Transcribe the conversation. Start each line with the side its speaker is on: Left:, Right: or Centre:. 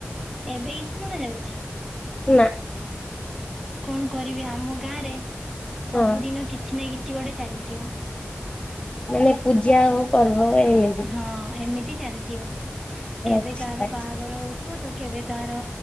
Centre: ଏବେ କିଛି ଶୁଣା ଯାଉଛି,
Left: ନା
Centre: କଣ କରିବି ଆମ ଗାଁ ରେ ସବୁଦିନ
Left: ହଁ
Centre: କିଛି ନା କି କିଛି ଗୋଟେ ଚାଲିଥିବ
Left: ମାନେ ପୂଜା ଆଉ ପର୍ବ ଏମିତି
Centre: ହଁ ଏମିତି ଚାଲିଥିବ କେବେ
Left: ଆଚ୍ଛା।
Centre: କାହାର ବାହାଘର ହଉ ଥିବ ତ କେବେ କାହାର